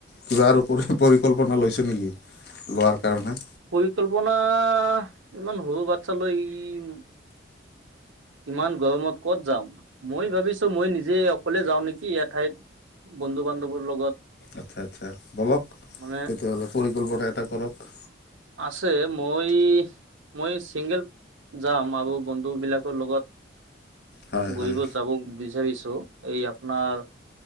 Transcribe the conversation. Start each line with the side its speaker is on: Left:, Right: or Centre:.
Left: কিবা আৰু পৰি পৰিকল্পনা লৈছে নেকি লোৱাৰ কাৰণে।
Right: পৰিকল্পনা ইমান সৰু বাচ্ছ লৈ ই। ইমান গৰমত ক'ত যাম। মই ভাবিছো মই নিজে অকলে যাওঁ নেকি এঠাইত বন্ধু বান্ধৱৰ লগত।
Left: আচ্ছা আচ্ছা বলক
Right: মানে
Left: তেতিয়াহ'লে পৰিকল্পনা এটা কৰক।
Right: আছে মই। মই চিংগল যাম আৰু বন্ধু বিলাকৰ লগত।
Left: হয়
Right: ঘৰিব
Left: হয়
Right: যাব বিচাৰিছো এই আপোনাৰ